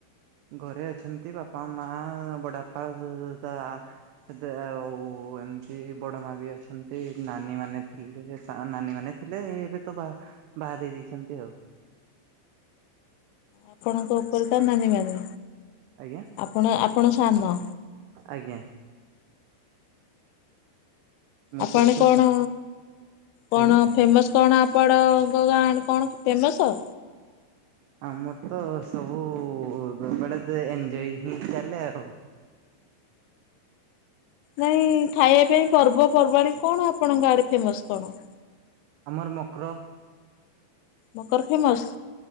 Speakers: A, on the right (about 85°); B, on the left (about 85°).
A: ଘରେ ଅଛନ୍ତି ବାପା ମା ବଡ ଆପା ଉ ତା ଦା ଆଉ ଏମିତି ବଡ ମା ବି ଅଛନ୍ତି ନାନୀ ମାନେ ଥିଲେ ତା ନାନୀ ମାନେ ଥିଲେ ଏବେ ତ ବା ବାହା ଦେଇ ଦେଇଛନ୍ତି ଆଉ।
B: ଆପଣଙ୍କ ଉପରେ ତ ନାନୀ ମାନେ
A: ଆଜ୍ଞା
B: ଆପଣ ଆପଣ ସାନ
A: ଆଜ୍ଞା। ମୁଁ
B: ଆପଣ
A: ସବୁଠୁ
B: କଣ
A: ସା
B: କଣ
A: ଆଜ୍ଞା
B: ଫେମସ୍ କଣ ଆ ପଣ ଙ୍କ ଗାଁ କଣ ଫେମସ?
A: ଆମର ତ ସବୁବେଳେ ତ ଏଞ୍ଜୟ ହେଇ ଚାଲେ ଆଉ।
B: ନାଇଁ ଖାଇବା ପାଇଁ ପର୍ବପର୍ବାଣୀ କଣ ଆପଣଙ୍କ ଆଡେ ଫେମସ୍ କଣ?
A: ଆମର ମକ୍ର।
B: ମକର ଫେମସ୍?